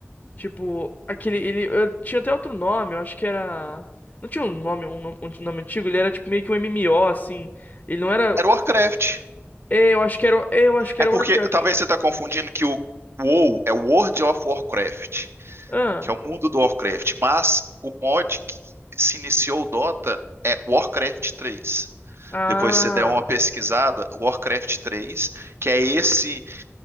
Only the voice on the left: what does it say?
Tipo, aquele, ele, eu- tinha até outro nome, eu acho que era, não tinha um nome, um, nome, um nome antigo, ele era tipo meio que um MMO, assim, ele não era,
é, eu acho que era, é, eu acho que
era
Warcraft,
ah,
ah,